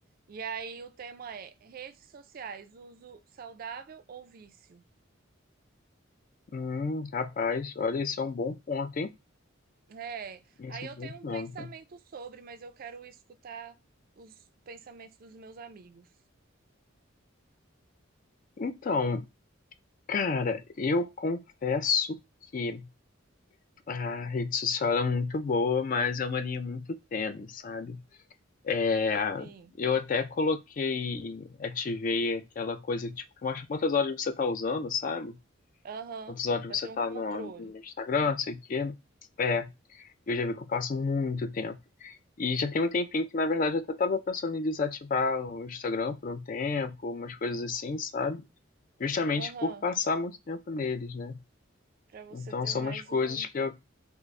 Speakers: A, on the right; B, on the left.
A: E aí o tema é redes sociais, uso saudável ou vício?
B: Hum, rapaz, olha, esse é um bom ponto, hein?
A: É.
B: Esse
A: Aí
B: é
A: eu
B: um bom
A: tenho um
B: ponto.
A: pensamento sobre, mas eu quero escutar os pensamentos dos meus amigos.
B: Então, cara, eu confesso que a rede social é muito boa, mas é uma linha muito tênue, sabe? É,
A: Sim.
B: eu até coloquei, ativei aquela coisa tipo, que mostra quantas horas você tá usando, sabe?
A: Aham.
B: Quantas horas
A: Pra
B: você
A: ter
B: tá
A: um controle.
B: no, no Instagram, não sei o quê. É, Eu já vi que eu passo muito tempo. E já tem um tempinho que, na verdade, eu até tava pensando em desativar o Instagram por um tempo, umas coisas assim, sabe? Justamente
A: Aham.
B: por passar muito tempo neles, né?
A: Pra você
B: Então
A: ter
B: são
A: mais
B: umas coisas
A: um
B: que eu.